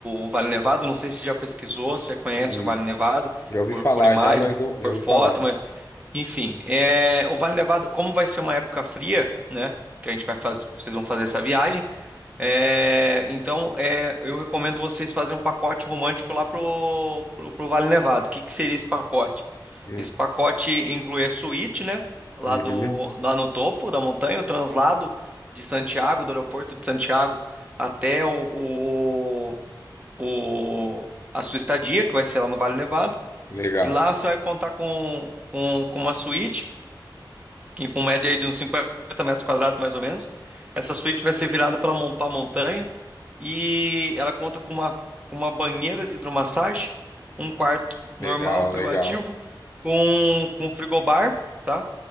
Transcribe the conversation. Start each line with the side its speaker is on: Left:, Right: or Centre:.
Right: o Vale Nevado. Não sei se você já pesquisou, se você conhece
Left: hum.
Right: o Vale Nevado
Left: Já ouvi
Right: por,
Left: falar
Right: por imagem,
Left: já, mas não,
Right: por
Left: já ouvi
Right: foto,
Left: falar.
Right: mas enfim, é, o Vale Nevado, como vai ser uma época fria, né? Que a gente vai fazer, vocês vão fazer essa viagem. É, então, é, eu recomendo vocês fazerem um pacote romântico lá pro, pro, pro Vale Nevado. O que que seria esse pacote?
Left: Hum,
Right: Esse pacote inclui a suíte, né? Lá,
Left: uhum.
Right: do, lá no topo da montanha, o translado de Santiago, do aeroporto de Santiago até o, o, o- a sua estadia, que vai ser lá no Vale Nevado.
Left: Legal,
Right: E lá você vai contar com, com, com uma suíte, que com média aí de uns cinquenta metros quadrados mais ou menos. Essa suíte vai ser virada pela, para a montanha. E ela conta com uma, com uma banheira de hidromassagem, um quarto normal,
Left: legal,
Right: privativo,
Left: legal,
Right: com, com frigobar, tá?